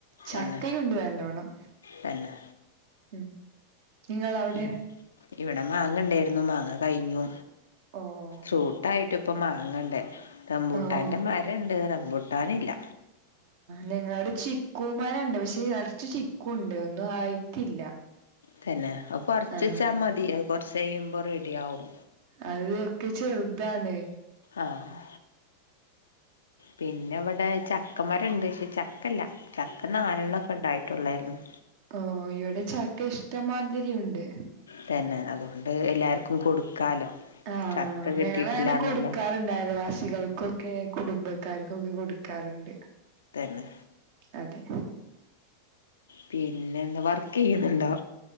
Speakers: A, on the right; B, on the left.
A: ചക്ക
B: തന്നെ
A: ഇണ്ട് നല്ലോണം
B: തന്നെ
A: ഉം നിങ്ങള അവിടെ
B: പിന്നെ ഇവിടെ മാങ്ങ ഉൺണ്ടായിരുന്നു മാങ്ങ കഴിഞ്ഞു
A: ഓ ഓ
B: ഫ്രൂട്ട് ആയിട്ട് ഇപ്പം മാങ്ങ ഇണ്ട് റബൂട്ടാൻ്റെ
A: ഓ ഓ
B: മരംണ്ട് റംബൂട്ടാനില്ല
A: ഞങ്ങളിവിടെ ചിക്കുമരോണ്ട് പക്ഷെ നിറച്ച് ചിക്കു ഉണ്ട് ഒന്നും ആയിട്ടില്ല
B: തന്നെ അപ്പൊ പറിച്ചെച്ച
A: ആഹ്
B: മതി കുറച്ച് കഴിയുമ്പോ റെഡി ആവും
A: അത് ഒക്കെ ചെറുതാണ്
B: ആഹ് പിന്നെ ഇവിടെ ചക്കമരോണ്ട് പക്ഷെ ചക്ക ഇല്ല ചക്ക നാലേണോം ഇപ്പൊ ഉണ്ടായിട്ടുള്ളായിരുന്നു
A: ഓഹ് ഇവിടെ ചക്ക ഇഷ്ടംമാതിരി ഉണ്ട്
B: തന്നെ അതുകൊണ്ട് എല്ലാർക്കും കൊടുക്കാലോ
A: ആഹ്
B: ചക്ക കിട്ടിയിട്ടില്ലാന്നുള്ള
A: ഞങ്ങൾ അങ്ങനെ കൊടുക്കാറി അയൽവാസികൾക്കൊക്കെ കുടുംബക്കാർക്കൊക്കെ കൊടുക്കാറുണ്ട്
B: തന്നെ
A: അതെ
B: പിന്നെന്താ വർക്ക് ചെയ്യുന്നുണ്ടോ